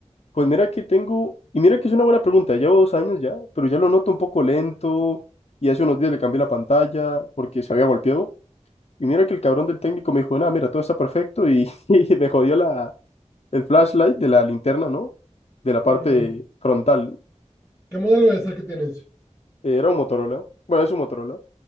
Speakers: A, on the left (about 60°); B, in the centre.
A: Pues mira que tengo, y mira que es una buena pregunta, llevo dos años ya, pero ya lo noto un poco lento y hace unos días le cambié la pantalla porque se había golpeado. Y mira que el cabrón del técnico me dijo, nada, mira, todo está perfecto y, <laughs> y me jodió la, el flashlight de la linterna, ¿no? De la parte
B: Mm,
A: frontal.
B: ¿qué modelo es el que tienes?
A: Eh, Era un Motorola, bueno, es un Motorola.